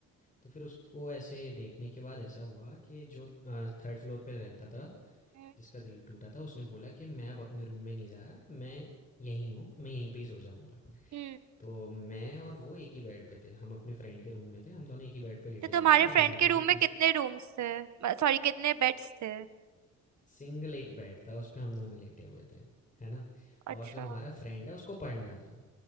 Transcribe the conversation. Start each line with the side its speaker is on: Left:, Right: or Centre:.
Left: तो फिर उसको ऐसे देखने के बाद ऐसा हुआ कि जो थर्ड फ्लोर पे रहता था
Right: हम्म।
Left: जिसका दिल टूटा था उसने बोला कि मैं अब अपने रूम में नहीं जा रहा मैं यहीं हूँ मैं यहीं पे ही सो जाऊँगा
Right: हम्म।
Left: तो मैं और वो एक ही बेड पे थे। हम अपने फ्रेंड के रूम में थे। हम दोनों एक ही बेड पे लेटे
Right: तो
Left: हुए
Right: तुम्हारे
Left: थे और
Right: फ्रेंड
Left: हमारा
Right: के रूम
Left: जो
Right: में
Left: तीस
Right: कितने रूम्स थे सॉरी कितने बेड्स थे
Left: सिंगल एक बेड था उस पे हम दोनों लेटे हुए थे। है ना? और
Right: अच्छा
Left: जो हमारा फ्रेंड है उसको पढ़ना था।